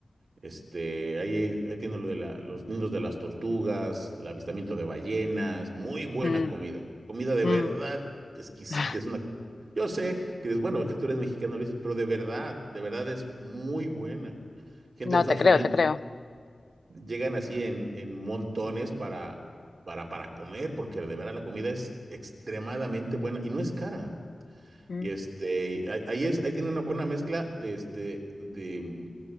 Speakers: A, on the right; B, on the left.
A: Este, ahí, ahí tiene lo de la- los nidos de las tortugas, el avistamiento de ballenas, muy buena
B: mm,
A: comida. Comida de
B: mm.
A: verdad exquisita.
B: <laughs>
A: Es una... co- Yo sé que dices, bueno, que tú eres mexicano, lo dices, pero de verdad, de verdad es muy buena. Gente
B: No,
A: de Estados
B: te creo,
A: Unidos
B: te creo.
A: llegan así en, en montones para, para, para comer, porque de verdad la comida es extremadamente buena y no es cara.
B: Mm.
A: Y este, ahí, ahí es, ahí tiene una buena mezcla de este, de